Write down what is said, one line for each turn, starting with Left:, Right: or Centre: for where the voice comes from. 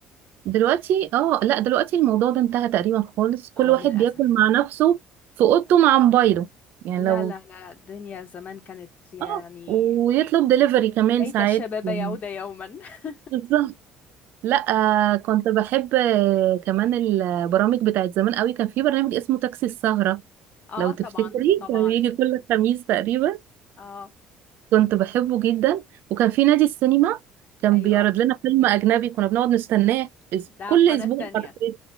Right: دلوقتي اه لا دلوقتي الموضوع ده انتهى تقريبا خالص كل
Left: اه
Right: واحد
Left: للأسف
Right: بياكل مع نفسه في اوضته مع موبايله يعني
Left: لا
Right: لو
Left: لا لا لا، الدنيا زمان كانت يعني
Right: اه ويطلب دليفري كمان
Left: ليت
Right: ساعات
Left: الشباب
Right: يعني
Left: يعود يوما <laughs>
Right: بالظبط لا آه، كنت بحب آه، كمان البرامج بتاعت زمان قوي كان في برنامج اسمه تاكسي السهرة
Left: اه
Right: لو تفتكري
Left: طبعا طبعا
Right: كان بيجي كل خميس تقريبا
Left: اه
Right: كنت بحبه جدا وكان في نادي السينما كان
Left: ايوه
Right: بيعرض لنا فيلم أجنبي كنا بنقعد نستناه أس-
Left: ده
Right: كل
Left: قناة
Right: أسبوع
Left: تانية
Right: حرفيا